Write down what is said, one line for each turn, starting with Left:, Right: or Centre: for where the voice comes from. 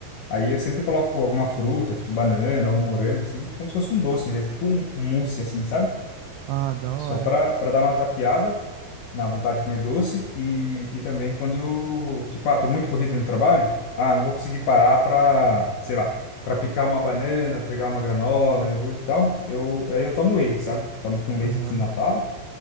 Left: Aí eu sempre coloco alguma fruta, tipo banana ou morango, assim, como se fosse um doce mesmo, tipo um um mousse, assim, sabe?
Right: Ah, da hora.
Left: Só para dar uma tapeada na vontade de comer doce e, e também quando, tipo, ah, tô muito corrido no trabalho, ah, não vou conseguir parar pra, sei lá, pra picar uma banana, pegar uma granola, iogurte e tal, eu, aí eu tomo whey, sabe? Tomo com leite
Right: Aham.
Left: desnatado.